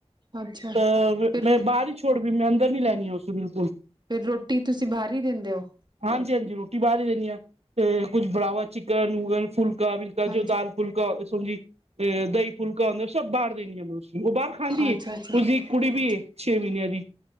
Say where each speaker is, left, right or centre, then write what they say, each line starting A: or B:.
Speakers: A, on the right; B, on the right.
A: ਅੱਛਾ
B: ਤਾਂ
A: ਫਿਰ
B: ਮੈਂ ਬਾਹਰ ਹੀ ਛੋੜ ਵੀ ਮੈਂ ਅੰਦਰ ਨਹੀ ਲੈਣੀ ਹੈ ਉਸੇ ਬਿਲਕੁਲ।
A: ਫਿਰ ਰੋਟੀ ਤੁਸੀਂ ਬਾਹਰ ਹੀ ਦਿੰਦੇ ਹੋ?
B: ਹਾਂਜੀ-ਹਾਂਜੀ ਰੋਟੀ ਬਾਰ ਈ ਦੇਣੀ ਆ, ਤੇ ਕੁਛ ਬਣਾਵਾ, ਚਿਕਨ, ਉਗ ਫੁਲਕਾ ਬਿਲ
A: ਹਾਂਜੀ
B: ਜੋ ਦਾਲ ਫੁਲਕਾਝੀ, ਸਬਜੀ ਅ ਦਹੀਂ ਫੁਲਕਾ ਹੁੰਦਾ ਸਭ ਬਾਹਰ ਦੇਣੀ ਹੈ ਮੈਂ ਉਸ ਉਹ ਬਾਹਰ ਖਾਂਦੀ ਏ।
A: ਅੱਛਾ ਅੱਛਾ ਅੱਛਾ
B: ਉਸਦੀ ਇੱਕ ਕੁੜੀ ਵੀ ਏ, ਛੇ ਮਹੀਨਿਆਂ ਦੀ।